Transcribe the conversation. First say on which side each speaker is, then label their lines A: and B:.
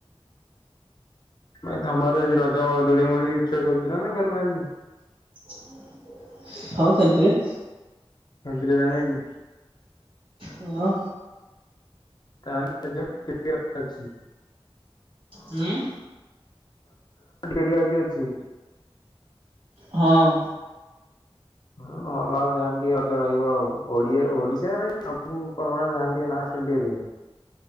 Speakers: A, on the left (about 45°); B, on the right (about 60°).
A: ଭାଇ ତମର ଆଜି ରଜ ଦୋଳି ମଳି ଛଆ କରିଥିଲ ନା କରିଲନାହାନ୍ତି
B: <unintelligible> ହଁ ଖେଲ୍ ଥିବେ
A: ହଜିର ନାଇଁ କି <unintelligible>
B: ହଁ
A: କା ଅଛି <unintelligible>
B: ହୁଁ
A: କେଡି ଆଇ ଅଛି <unintelligible>
B: ହଁ
A: ହୁଁ ଭଲ ଯାଆନ୍ତି ଟ ଅଜ ରହିବ ଆଉ ଓଡିଆ ଓଡିଶା ସବୁ ପର୍ବା ଯାଆନ୍ତି ଟ ନାୁ ଟିକେ